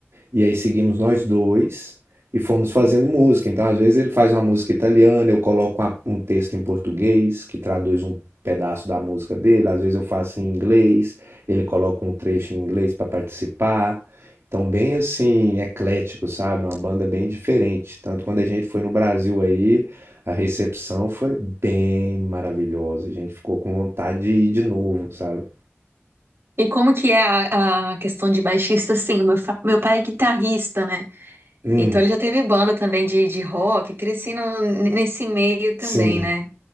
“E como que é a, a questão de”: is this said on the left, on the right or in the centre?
Right